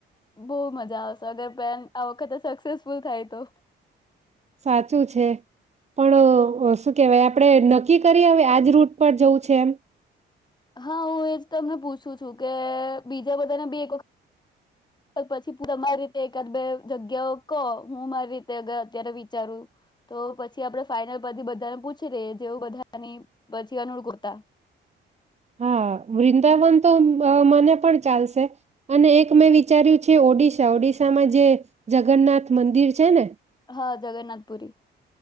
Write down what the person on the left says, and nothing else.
બહુ મજા આવશે અગર બેન આ વખતે સક્સેસ ફૂલ થાય તો.
હા હું એજ તમને પૂછું છું કે બીજા બધાને બી એક વખત. પછી પૂર તમારી રીતે એકાદ બે જગ્યાઓ કહો હું મારી રીતે અગર અત્યારે વિચારું તો પછી આપડે ફાાઈનલ પરતી બધાને પૂછી જેવું બધાની પછી અનુળ કરતા.
હા જગન્નાથપુરી.